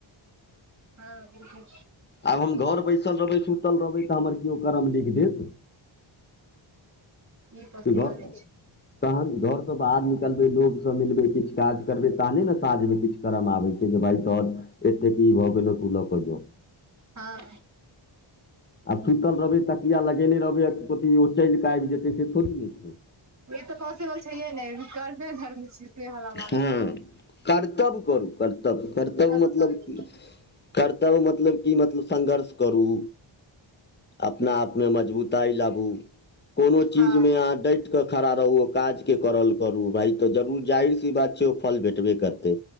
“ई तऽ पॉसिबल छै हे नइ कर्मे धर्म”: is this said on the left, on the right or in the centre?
Right